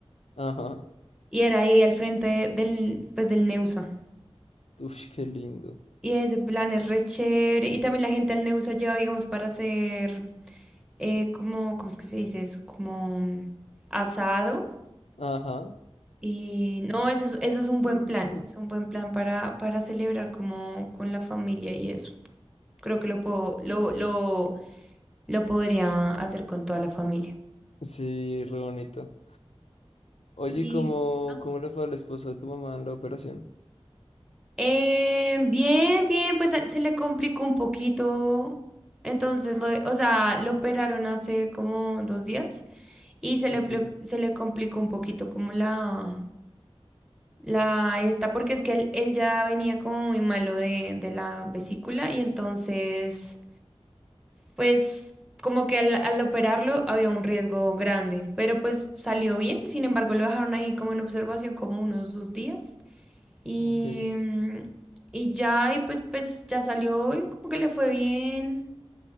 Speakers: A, on the left (about 80°); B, in the centre.
A: ajá.
B: y era ahí al frente del, pues del Neusa.
A: Uf, qué lindo.
B: Y ese plan es re chévere. Y también la gente al Neusa lleva, digamos, para hacer, eh, como, ¿cómo es que se dice eso? Como mm, asado.
A: Ajá.
B: Y no, eso es, eso
A: <clears throat>
B: es un buen plan. Es un buen plan para, para celebrar como con la familia y eso. Creo que lo puedo, lo, lo, lo podría hacer con toda la familia.
A: Sí, re bonito. Oye,
B: Y
A: ¿y ¿cómo,
B: ah,
A: cómo le fue al esposo de tu mamá en la operación?
B: eh, bien, bien, pues a- se le complicó un poquito. Entonces, lo, o sea, lo operaron hace como dos días. Y se
A: Ok,
B: le, plo- se le complicó un poquito como la, la esta, porque es que él, él ya venía como muy malo de, de la vesícula y entonces, pues como que al, al operarlo había un riesgo grande, pero pues salió bien, sin embargo lo dejaron ahí como en observación como unos dos días y,
A: ok.
B: mm, y ya, y pues, pues ya salió y como que le fue bien.